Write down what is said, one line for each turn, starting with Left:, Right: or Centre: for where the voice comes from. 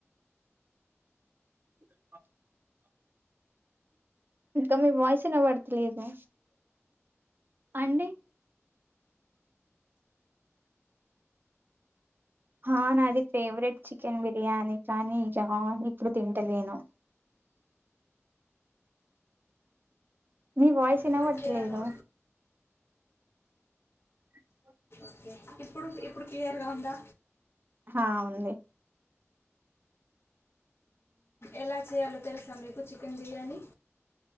Right: <inaudible> ఇంకా మీ వాయిస్నా వినుపడుతులేదు. అండి ఆ నాది ఫేవరెట్ చికెన్ బిర్యానీ కానీ ఇక ఇప్పుడు తింటలేను మీ వాయిస్ విన
Left: ఎలా
Right: పడతలేదు.
Left: చేయాలో
Right: <inaudible>
Left: ఓకే ఇప్పుడు ఇప్పుడు క్లియర్గా ఉందా.
Right: ఆ ఉంది
Left: ఎలా చేయాలో తెలుసా మీకు చికెన్ బిర్యానీ.